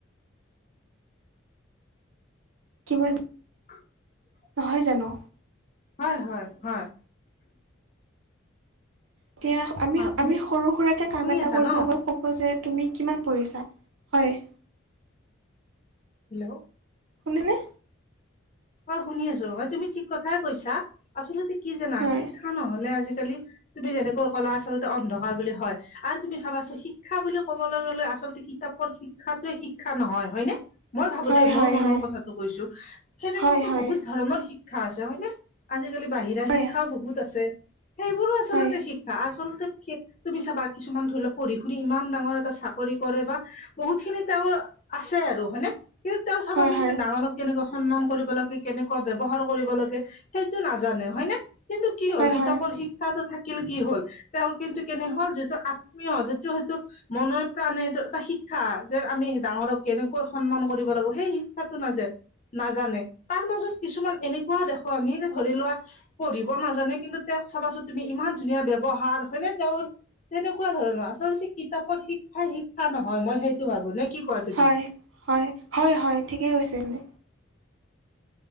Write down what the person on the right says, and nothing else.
কিবা
নহয় জানো?
এতিয়া আমি
আমি সৰু সুৰাকে কাম
এটা
কৰিব
গৈ ক'ব যে তুমি কিমান পঢ়িছা হয়।
শুনিছা নে?
হয়,
হয়,
হয়,
হয়,
হয়, হয়,
হয়,
হয়,
হয়,
হয়, হয়।
হয়।
হয় হয় হয় হয় ঠিকেই কৈছে মানে।